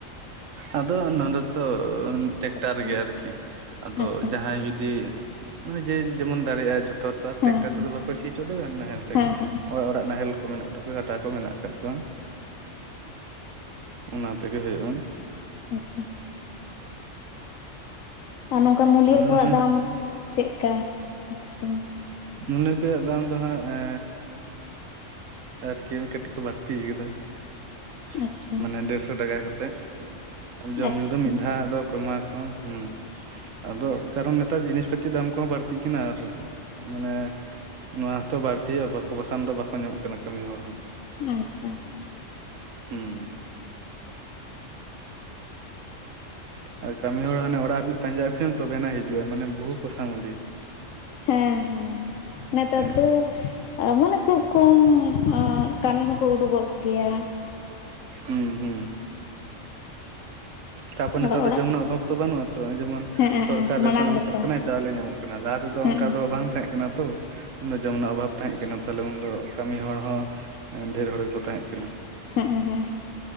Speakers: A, on the right; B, on the left.
A: ᱟᱫᱚ ᱱᱚᱰᱮ ᱫᱚ ᱴᱮᱠᱴᱟᱨ
B: ᱪᱮᱫᱠᱟ
A: ᱜᱮ ᱟᱨᱠᱤ᱾ ᱟᱫᱚ
B: ᱟᱪᱪᱷᱟ
A: ᱡᱟᱦᱟᱸᱭ ᱡᱩᱫᱤ ᱡᱮ ᱡᱮᱢᱚᱱ ᱫᱟᱲᱮᱭᱟᱜᱼᱟ ᱡᱷᱚᱛᱚ ᱴᱨᱟᱠ
B: ᱦᱮᱸ
A: ᱴᱨᱮᱠᱴᱟᱨ
B: ᱦᱮᱸ
A: ᱛᱮᱫᱚ ᱵᱟ ᱠᱚ ᱥᱤ ᱚᱪᱚ ᱫᱟ ᱱᱟᱦᱮᱞ ᱛᱮᱜᱮ᱾
B: ᱦᱮᱸ ᱦᱮᱸ
A: ᱚᱲᱟᱜ ᱚᱲᱟᱜ ᱱᱟᱦᱮᱞ ᱠᱚ ᱢᱮᱱᱟᱜ ᱛᱟᱯᱮ <unintelligible> ᱠᱚ ᱢᱮᱱᱟᱜ ᱟᱠᱟᱫ ᱠᱚᱣᱟ ᱠᱚᱣᱟ᱾ ᱚᱱᱟ ᱛᱮᱜᱮ ᱦᱩᱭᱩᱜᱼᱟ᱾ ᱦᱩᱸ᱾
B: ᱟᱪᱪᱷᱟ ᱟᱨ ᱱᱚᱝᱠᱟ ᱢᱩᱞᱭᱟᱹ
A: ᱟᱫᱚ
B: ᱠᱚᱣᱟᱜ
A: ᱱᱚᱜᱼᱚᱭ
B: ᱫᱟᱢ ᱪᱮᱫ ᱠᱟᱱᱟ ᱟᱯᱮ ᱥᱮᱱ?
A: ᱢᱚᱱᱮ ᱛᱮᱭᱟᱜ ᱫᱟᱢ ᱫᱚ ᱦᱟᱸᱜ ᱮ ᱟᱨᱠᱤ ᱠᱟᱹᱴᱤᱡ ᱠᱚ ᱵᱟᱹᱲᱛᱤ ᱟᱠᱟᱫᱟ ᱾
B: ᱟᱪᱪᱷᱟ
A: ᱢᱟᱱᱮ ᱰᱮᱲᱥᱚ ᱴᱟᱠᱟ ᱠᱟᱛᱮᱜ ᱟᱨ ᱡᱚᱢ
B: ᱟᱪᱪᱷᱟ
A: ᱧᱩ ᱫᱚ ᱢᱤᱫ ᱫᱷᱟᱣᱟᱜ ᱫᱚ <unintelligible> ᱠᱚ ᱦᱩᱸ ᱟᱫᱚ ᱠᱟᱨᱚᱱ ᱱᱮᱛᱟᱨ ᱡᱤᱱᱤᱥ ᱯᱟᱛᱤ ᱫᱟᱢ ᱠᱚᱦᱚᱸ ᱵᱟᱹᱲᱛᱤᱜ ᱠᱟᱱᱟ ᱟᱨᱼᱼᱼ ᱢᱟᱱᱮ ᱱᱚᱣᱟ ᱦᱚᱛᱚ ᱵᱟᱹᱲᱛᱤ ᱦᱩᱭᱩᱜᱼᱟ, ᱵᱟᱠᱷᱟᱱ ᱫᱚ ᱵᱟᱠᱩ ᱧᱟᱢᱚᱜ ᱠᱟᱱᱟ ᱠᱟᱹᱢᱤ ᱦᱚᱲ ᱦᱚᱸ᱾
B: ᱟᱪᱪᱷᱟ ᱟᱪᱷᱟ᱾
A: ᱦᱩᱸ᱾ ᱟᱨ ᱠᱟᱹᱢᱤ ᱦᱚᱲ ᱦᱟᱱᱮ ᱚᱲᱟᱜ ᱦᱟᱹᱵᱤᱡ ᱯᱟᱸᱡᱟ ᱟᱸᱠᱷᱮᱢ ᱛᱚᱵᱮ ᱟᱱᱟ ᱦᱤᱡᱩᱜᱼᱟ ᱢᱟᱱᱮ ᱵᱚᱦᱩ ᱠᱷᱚᱥᱟ ᱢᱩᱫᱤ᱾
B: ᱦᱮᱸ ᱦᱮᱸ, ᱱᱮᱛᱟᱫ
A: ᱦᱮᱸ
B: ᱫᱚ ᱢᱟᱱᱮ ᱠᱷᱩᱵ ᱠᱚᱢ ᱟᱸ ᱠᱟᱹᱢᱤ ᱦᱚᱸᱠᱚ ᱩᱰᱩᱜᱚᱜ ᱜᱮᱭᱟ᱾
A: ᱦᱩᱸ ᱦᱩᱸ, ᱛᱟᱯᱚ ᱱᱮᱛᱟ
B: ᱚᱲᱟᱜ
A: ᱫᱚ
B: ᱚᱲᱟᱜ
A: ᱡᱚᱢ ᱮᱱᱟᱜ ᱚᱵᱷᱟᱵ ᱛᱚ ᱵᱟᱹᱱᱩᱜ ᱟᱛᱚ ᱡᱮᱢᱚᱱ
B: ᱦᱮᱸ
A: ᱥᱚᱨᱠᱟᱨ
B: ᱦᱮᱸ ᱢᱟᱲᱟᱝ
A: ᱨᱮᱥᱚᱱᱮ ᱮᱢᱚᱜ
B: ᱞᱮᱠᱟ
A: ᱠᱟᱱᱟᱭ ᱪᱟᱣᱞᱮ ᱧᱟᱢᱚᱜ ᱠᱟᱱᱟ ᱞᱟᱦᱟ ᱛᱮᱫᱚ
B: ᱦᱮᱸ
A: ᱚᱱᱠᱟ ᱫᱚ ᱵᱟᱝ ᱛᱟᱦᱮᱸᱜ ᱮᱱᱟ ᱛᱚ ᱚᱱᱟ ᱡᱚᱢ ᱨᱮᱱᱟᱜ ᱚᱵᱷᱟᱵ ᱛᱟᱦᱮᱸᱜ ᱠᱟᱱᱟ ᱛᱟᱦᱚᱞᱮ ᱩᱱᱫᱚ ᱠᱟᱹᱢᱤ ᱦᱚᱲ ᱦᱚᱸ ᱰᱷᱮᱨ ᱦᱚᱲ ᱜᱮᱠᱚ ᱛᱟᱦᱮᱸᱜ ᱠᱟᱱᱟ᱾
B: ᱦᱮᱸᱜ ᱦᱮᱸ᱾